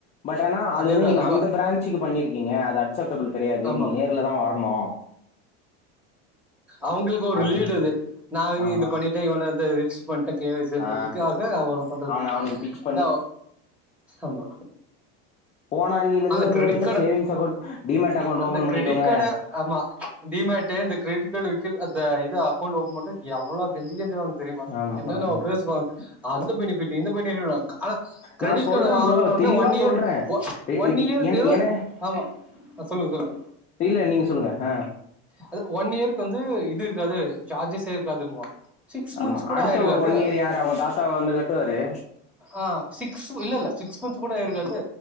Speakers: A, on the left; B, in the centre.
A: பட் ஆனா அது
B: அதேதா
A: வந்து நீங்க
B: நம்ம
A: அந்த பிரான்ச்சுக்கு பண்ணிருக்கீங்க அது அக்செப்டபிள் கெடையாது
B: ஆமா
A: நீங்க நேர்ல தா வரனு
B: அவுங்களுக்கு ஒரு
A: அப்படின்னு
B: லீடு அது நானு
A: ஆமா.
B: இது பண்ணிட்டே இவன அது ரிச் பண்ட்ட கே ஒய் சின்றதுக்காக
A: ஆ
B: அவங்க பண்றது
A: அவன அவனுக்கு பிட்ச் பண்ணி
B: அதா ஆமா
A: போன அணிலேருந்து
B: அந்த
A: வந்து
B: கிரெடிட்
A: பாத்தீங்கன்னா
B: கார்ட
A: சேவிங்ஸ் அக்கௌண்ட் டிமேட் அக்கௌண்ட்
B: அந்த
A: ஓப்பன் பண்ணிக்கோங்க
B: கிரெடிட் கார்ட ஆமா டிமேட்டு இந்த கிரெடிட் கார்டு விக்கறது அந்த இது அக்கவுண்டு ஓப்பன் பண்ண எவ்ளோ கெஞ்சி கெஞ்சுவாங்க தெரிமா
A: ஆமா.
B: என்னன்ன பேசுவாங்க அந்த பெனிஃபிட் இந்த பெனிஃபிட் ஆனா க்ரெடிட்
A: நா சொல்றேன்
B: கார்டு வாங்குனோன்னே
A: ப்ரோ தெளிவா
B: ஒன் இயர்
A: சொல்றேன் எ
B: ஒன்
A: எடி
B: இயருக்கு
A: என என
B: ஆமா ஆ சொல்லுங்க சொல்லுங்க
A: இல்ல நீங்க சொல்லுங்க ஆ
B: அது ஒன் இயருக்கு வந்து இது இருக்காது சார்ஜஸே இருக்காதுன்னுவா சிக்ஸ்
A: ஆமா
B: மந்த்ஸ் கூட
A: அடுத்த
B: ஆயிருக்காது
A: ஒன் இயர் யாரு அவுங்க தாத்தாவா வந்து கட்டுவாரு
B: ஆ சிக்ஸு இல்லல்ல சிக்ஸ் மந்த்ஸ் கூட ஆயிருக்காது